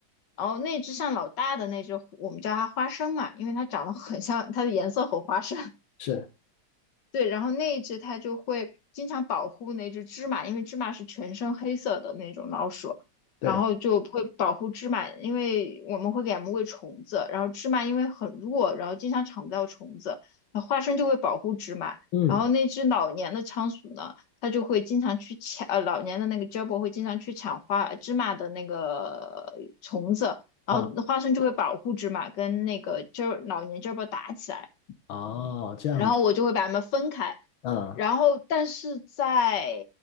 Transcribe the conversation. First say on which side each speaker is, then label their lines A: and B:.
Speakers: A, on the left; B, on the left.
A: 然后那只像老大的那只，我们叫它花生嘛，因为它长得很像，它的颜色很花生，
B: 是，
A: 对，然后那一只它就会经常保护那只芝麻，因为芝麻是全身黑色的那种老鼠，
B: 对，
A: 然后就会保护芝麻，因为我们会给它们喂虫子，然后芝麻因为很弱，然后经常抢不到虫子，然后花生就会保护芝麻，
B: 嗯。
A: 然后那只老年的仓鼠呢，它就会经常去抢，呃，老年的那个 j a b o 会经常去抢花芝麻的那个呃虫子，然后花生就会保护芝麻跟那个
B: 啊。
A: j 老年 j a b o 打起来。
B: 哦，这样子，
A: 然后我就会把它们分开。
B: 嗯，
A: 然后，但是在